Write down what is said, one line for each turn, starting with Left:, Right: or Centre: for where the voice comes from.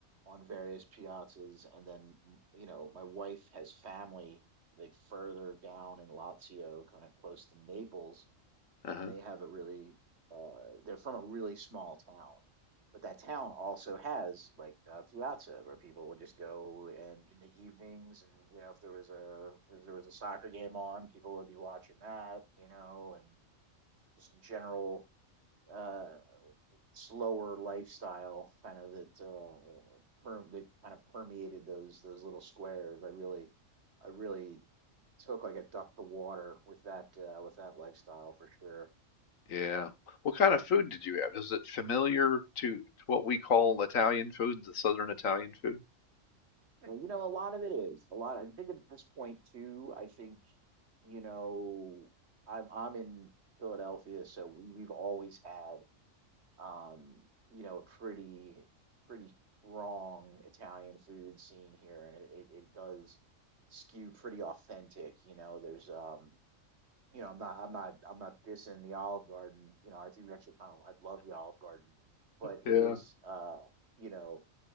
Right: on various piazzas, and then m- you know my wife has family like further down in Lazio, kind of close to Naples,
Left: uh-huh,
Right: and they have a really uh, they're from a really small town, but that town also has like a piazza where people would just go and in the evenings, and you know if there was a if there was a soccer game on, people would be watching that, you know, and just general uh, slower lifestyle kind of that uh, per- that kind of permeated those those little squares. I really I really took like a duck to water with that uh, with that lifestyle for sure.
Left: yeah. What kind of food did you have? Is it familiar to, to what we call Italian food, the Southern Italian food?
Right: And you know, a lot of it is a lot. I think at this point too. I think you know I'm I'm in Philadelphia, so we we've always had um, you know, a pretty pretty strong Italian food scene here, and it, it, it does skew pretty authentic. You know, there's um, you know, I'm not I'm not I'm not dissing the Olive Garden. You know, I do actually kind of I love the Olive Garden, but
Left: Yeah,
Right: it is uh, you know,